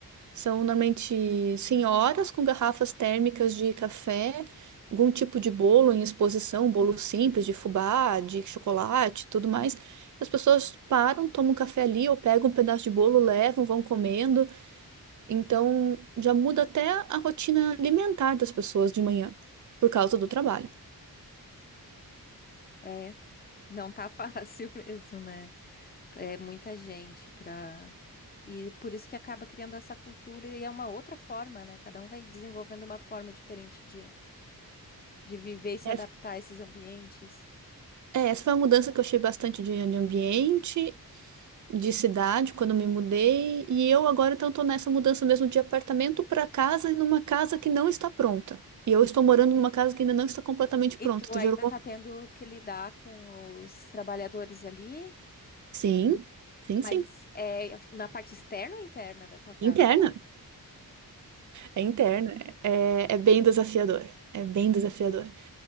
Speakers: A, on the right; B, on the left.
A: São normalmente senhoras com garrafas térmicas de café, algum tipo de bolo em exposição, bolo simples de fubá, de chocolate, tudo mais. As pessoas param, tomam um café ali ou pegam um pedaço de bolo, levam, vão comendo. Então já muda até a rotina alimentar das pessoas de manhã, por causa do trabalho.
B: É, não tá fácil <laughs> mesmo, né? É muita gente pra. E por isso que acaba criando essa cultura e é uma outra forma, né? Cada um vai desenvolvendo uma forma diferente de, de viver e se
A: Essa,
B: adaptar a esses ambientes.
A: é, essa foi uma mudança que eu achei bastante de, de ambiente de cidade quando me mudei e eu agora então estou nessa mudança mesmo de apartamento para casa e numa casa que não está pronta. E eu estou morando numa casa que ainda não está completamente pronta.
B: E tu
A: Tu
B: ainda
A: já jogou?
B: tá tendo que lidar com os trabalhadores ali,
A: Sim, sim,
B: mas
A: sim.
B: é na parte externa ou interna da tua casa?
A: Interna. É interna. É, é bem desafiador. É bem desafiador.